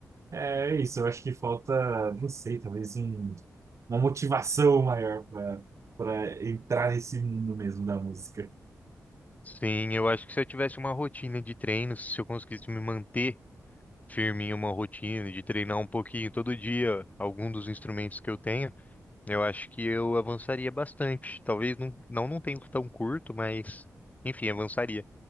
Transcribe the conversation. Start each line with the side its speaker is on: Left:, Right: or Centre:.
Right: É isso, eu acho que falta, não sei, talvez um, uma motivação maior para para entrar nesse mundo mesmo da música.
Left: Sim, eu acho que se eu tivesse uma rotina de treinos, se eu conseguisse me manter firme em uma rotina de treinar um pouquinho todo dia algum dos instrumentos que eu tenho, eu acho que eu avançaria bastante. Talvez não, não num tempo tão curto, mas enfim, avançaria.